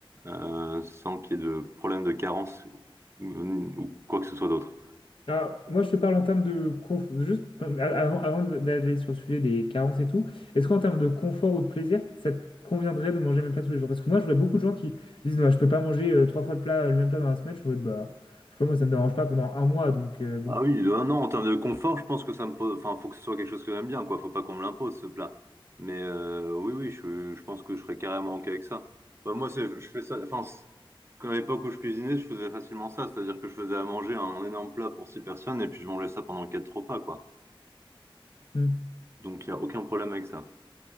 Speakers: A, on the right (about 30°); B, on the left (about 65°).
A: euh, sans qu'il y ait de problème de carence ou ou quoi que ce soit d'autre.
B: Alors, moi, je te parle en termes de conf... juste euh, avant, avant d'aller sur le sujet des carences et tout, est-ce qu'en termes de confort ou de plaisir, ça te conviendrait de manger le même plat tous les jours? Parce que moi, je vois beaucoup de gens qui disent, non, je peux pas manger euh, trois fois le plat, le même plat dans la semaine. Je suis en mode, bah, je sais pas, moi, ça me dérange pas pendant un mois, donc euh, bon.
A: Ah oui, le 1 an en termes de confort, je pense que ça me pose. Enfin, faut que ce soit quelque chose que j'aime bien, quoi. Faut pas qu'on me l'impose, ce plat. Mais euh, oui, oui, je, je pense que je serais carrément OK avec ça. Bah, moi, c'est, je fais ça. Enfin, c'est- quand à l'époque où je cuisinais, je faisais facilement ça. C'est-à-dire que je faisais à manger un énorme plat pour six personnes et puis je mangeais ça pendant quatre repas, quoi.
B: Mmh.
A: Donc, il n'y a aucun problème avec ça.